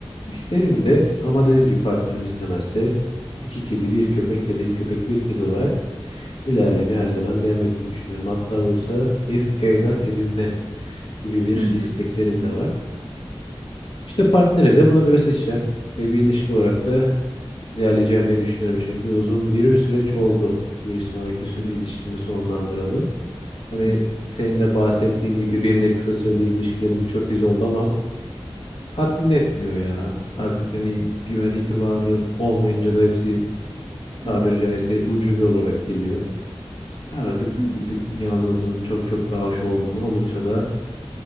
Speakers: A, on the left (about 70°); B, on the right (about 70°).
A: İsterim de ama dediğim gibi partnerim istemezse iki kedi bir köpek ya da iki köpek bir kedi olarak ilerlemeye her zaman devam etmeyi düşünüyorum. Hatta olursa bir evlat edinme gibi bir
B: Hı hı.
A: isteklerim
B: Hı
A: de
B: hı.
A: var. İşte partnerimi de buna göre seçeceğim ve bir ilişki olarak da ilerleyeceğim diye düşünüyorum. Çünkü uzun bir süreç oldu. Bir sonraki süre ilişkimi sonlandıralı. Hani
B: Hı hı.
A: senin de bahsettiğin gibi benim de kısa süreli ilişkilerim birçok kez oldu ama tatmin etmiyor ya. Artık hani güven itibarı olmayınca da hepsi
B: Hı
A: tabiri caizse ucube olarak geliyor. Artık
B: hı.
A: bir tık yalnızlığın çok çok daha hoş olduğunu olursa da